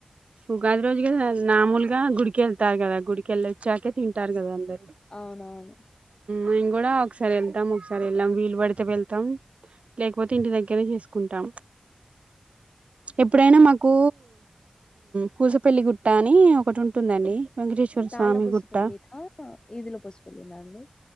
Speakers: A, on the right (about 65°); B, on the left (about 40°).
A: ఉగాది రోజుగా నామూలుగా గుడికిెళ్తారు కదా గుడికెళ్ళ వచ్చాకే తింటారు కదా అందరు
B: అవునవును
A: మేం కూడా ఒకసారి వెళ్తాం ఒకసారి వెళ్ళాం వీలు పడితే వెళ్తాం లేకపోతే ఇంటి దగ్గరే చేసుకుంటాం ఎప్పుడైనా మాకు పూసపల్లి గుట్ట అని ఒకటి ఉంటుందండి వెంకటేశ్వర
B: తాళ్ళ
A: స్వామి
B: పసుపు
A: గుట్ట
B: పెళ్ళిన ఈదుల పసుపు పెళ్ళిను అండి